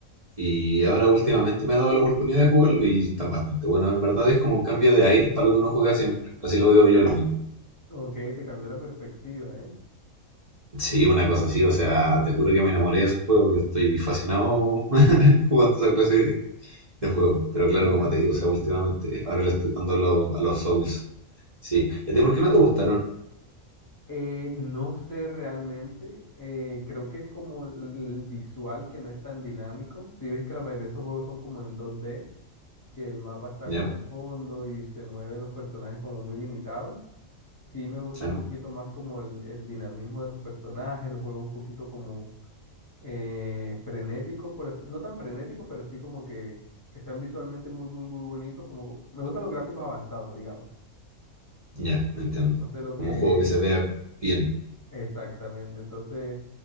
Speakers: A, on the right; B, on the left.
A: Y ahora últimamente me ha dado la oportunidad de jugarlo y están bastante buenos. En verdad es como un cambio de aires para lo que uno juega siempre. Así lo veo yo al menos.
B: Ok, te cambió la perspectiva, ¿eh?
A: Sí, una cosa así. O sea, te juro que me enamoré de esos juegos. Yo estoy fascinado <laughs> jugando esa clase de juego. Pero claro,
B: mira
A: como te digo, o sea, últimamente ahora le estoy dando lo- a los Souls. Sí. ¿Y a ti por qué no te gustaron?
B: Eh, no sé realmente, eh, creo que es como el el visual que no es tan dinámico. Si ves que la mayoría de esos juegos son como en 2D, que el mapa está
A: Ya,
B: como al fondo y se mueven los personajes como muy limitados. Sí me gusta
A: claro.
B: un poquito más como el, el dinamismo de los personajes, los juegos un poquito como eh, frenéticos, por así- no tan frenéticos, pero sí como que, que sean visualmente muy, muy, muy bonitos. Como, me gustan los gráficos avanzados, digamos.
A: Ya, entiendo.
B: Entonces lo
A: Como
B: que
A: un juego que se vea bien.
B: Exactamente. Entonces,